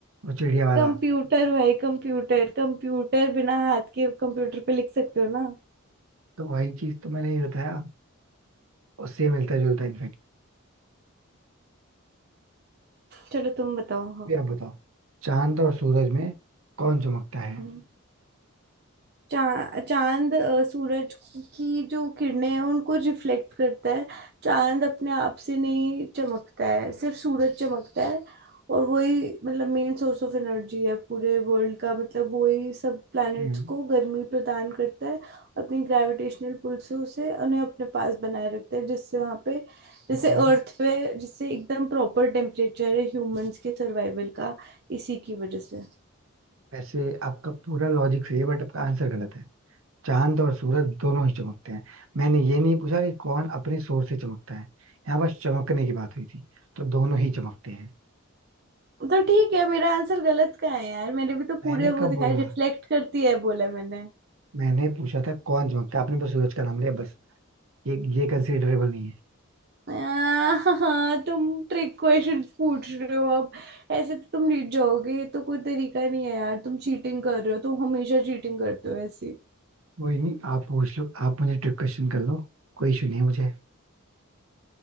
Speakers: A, on the right; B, on the right.
A: वो चिड़िया वाला
B: कंप्यूटर भाई कंप्यूटर कंप्यूटर बिना हाथ के कंप्यूटर पे लिख सकते हो ना
A: तो वही चीज तो मैंने ही बताया उससे मिलता जुलता इनफैक्ट
B: चलो तुम बताओ हाँ
A: भी आप बताओ चांद और सूरज में कौन चमकता है
B: हाँ। चा, चांद अ, सूरज की जो किरणें हैं उनको रिफ्लेक्ट करता है चांद अपने आप से नहीं चमकता है सिर्फ सूरज चमकता है और वही मतलब मेन सोर्स ऑफ एनर्जी है पूरे वर्ल्ड का मतलब वही सब प्लैनेट्स
A: हम्म
B: को गर्मी प्रदान करता है अपनी ग्रेविटेशनल पुल से उसे उन्हें अपने पास बनाए रखता है जिससे वहाँ पे जैसे
A: हाँ
B: अर्थ पे जिससे एकदम प्रॉपर टेम्परेचर है ह्यूमंस के सर्वाइवल का इसी की वजह से
A: वैसे आपका पूरा लॉजिक सही है बट आपका आंसर गलत है चांद और सूरज दोनों ही चमकते हैं मैंने ये नहीं पूछा कि कौन अपने सोर से चमकता है यहाँ बस चमकने की बात हुई थी तो दोनों ही चमकते हैं
B: तो ठीक है मेरा आंसर गलत का है यार मैंने भी तो
A: मैंने
B: पूरे वो
A: कब बोला
B: दिखाई रिफ्लेक्ट करती है बोला मैंने
A: मैंने पूछा था कौन चमकता है आपने बस सूरज का नाम लिया बस ये ये कंसिडरेबल नहीं है
B: हाँ तुम ट्रिक क्वेश्चन पूछ रहे हो अब ऐसे तो तुम जीत जाओगे ये तो कोई तरीका नहीं है यार तुम चीटिंग कर रहे हो तुम हमेशा चीटिंग करते हो ऐसी
A: कोई नहीं आप पूछ लो आप मुझे ट्रिक क्वेश्चन कर लो कोई इशू नहीं है मुझे